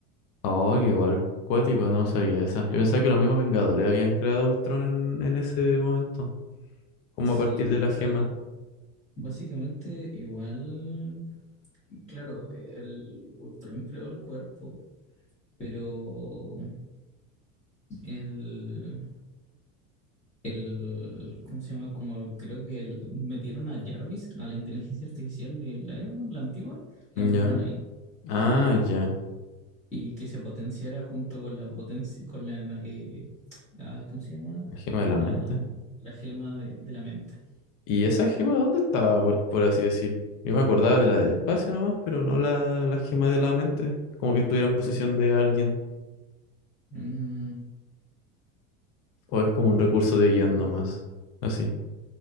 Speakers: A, on the left; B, on the left.
A: Oh, que igual cuático, no sabía esa. Yo pensaba que los mismos Vengadores habían creado a Ultron en, en ese momento, como
B: Sí,
A: a partir de la
B: o
A: gema.
B: sea, Básicamente, igual, claro, eh, el Ultron creó el cuerpo, pero el, el, ¿cómo se llama? Como creo que el- metieron a Jarvis, a la inteligencia artificial del Iron Man, la antigua, la metieron
A: Ya.
B: ahí.
A: Ah, ya.
B: Y que se potenciara junto con la potencia, con la, eh, la- ¿cómo se llama?
A: La gema
B: La,
A: de la mente.
B: la gema de, de la mente.
A: ¿Y esa gema dónde estaba, por, por así decir? Yo me acordaba de la del espacio nomás, pero no la, la gema de la mente. Como que estuviera en posesión de alguien.
B: Mm,
A: O es como un recurso
B: buena
A: de
B: pregunta.
A: guión nomás. Así.